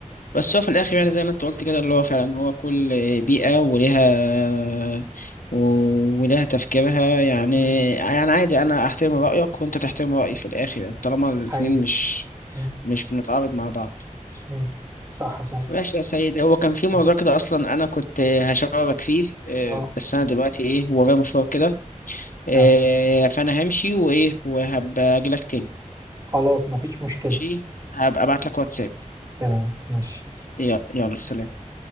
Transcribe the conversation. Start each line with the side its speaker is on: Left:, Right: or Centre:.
Left: بس هو في الآخر يعني زي ما أنت قلت كده اللي هو فعلا هو كل بيئة ولها ولها تفكيرها يعني
Right: م.
Left: يعني عادي أنا أحترم رأيك وأنت تحترم رأيي في الآخر يعني طالما الاتنين
Right: حقيقي
Left: مش
Right: م.
Left: مش بنتعارض مع بعض
Right: م. صح فعلا
Left: ماشي يا سيد هو كان في موضوع
Right: م.
Left: كده اصلا انا كنت هشاورك فيه آه،
Right: اه
Left: بس انا دلوقتي ايه ورايا مشوار كده آه،
Right: تمام
Left: فانا همشي وايه وهبقى اجي لك تاني
Right: خلاص مفيش مشكلة
Left: ماشي هبقى ابعت لك واتساب
Right: تمام ماشي
Left: يلا يلا سلام